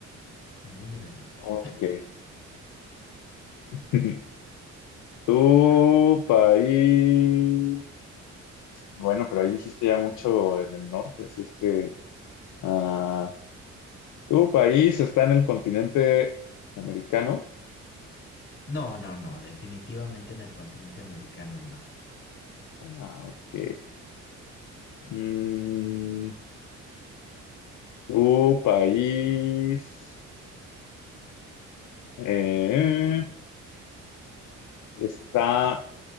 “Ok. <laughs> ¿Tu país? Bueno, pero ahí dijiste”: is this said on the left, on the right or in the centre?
Left